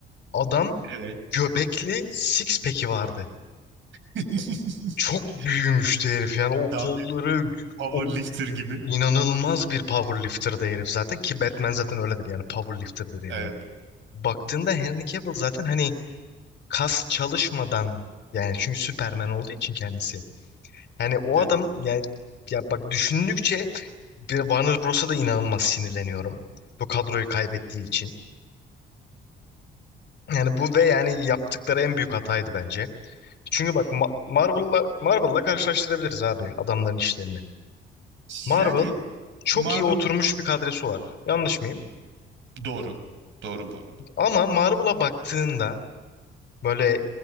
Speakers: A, on the left (about 60°); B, on the right (about 75°).
A: adam
B: Evet.
A: göbekli six pack'i vardı.
B: <laughs>
A: Çok büyümüştü herif. Yani o
B: Tam
A: kolları
B: bir powerlifter
A: o-
B: gibi.
A: inanılmaz bir powerlifter'dı herif zaten ki Batman zaten öyledir yani powerlifter'dır yani.
B: Evet.
A: Baktığında Henry Cavill zaten hani kas çalışmadan yani çünkü Superman olduğu için kendisi Yani o
B: Evet.
A: adam yani ya bak düşündükçe bir Warner Bros'a da inanılmaz sinirleniyorum. Bu kadroyu kaybettiği için. Yani bu ve yani yaptıkları en büyük hataydı bence. Çünkü bak Ma- Marvel'la Marvel'la karşılaştırabiliriz abi adamların işlerini. Marvel
B: Yani
A: çok
B: Marvel
A: iyi oturmuş bir kadrosu var. Yanlış mıyım?
B: doğru. Doğru bu arada.
A: Ama Marvel'a baktığında böyle